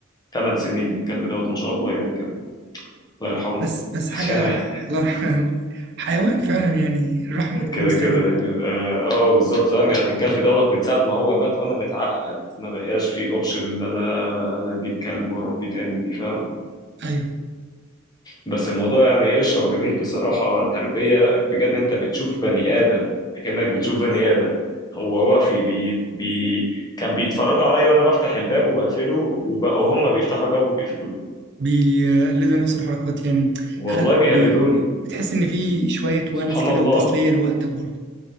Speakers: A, on the left; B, on the right.
A: 8 سنين الكلب دوت ما شاء الله يعني كان الله يرحمه
B: بس بس
A: <laughs>
B: حاجه ح- الله يرحمه <laughs> حيوان فعلا يعني الرحمه تجوز
A: كده كده
B: تقريبا
A: يعني بيبقى اه بالظبط فاهم يعني الكلب دوت من ساعه ما هو مات وانا متعقد ما بقاش فيه اوبشن ان انا اجيب كلب واربيه تاني دي فاهم
B: ايوه
A: بس الموضوع يعني ايش هو جميل بصراحة تربية بجد انت بتشوف بني آدم كأنك بتشوف بني آدم هو وافي بي بي كان بيتفرجوا عليا وانا بفتح الباب وبقفله وبقوا هم بيفتحوا الباب وبيقفلوه
B: بيقلدوا نفس الحركات يعني
A: والله
B: هل
A: بيقلدوني
B: بي... بتحس ان في شويه ونس
A: سبحان
B: كده
A: الله
B: وتسليه لوقتك برضه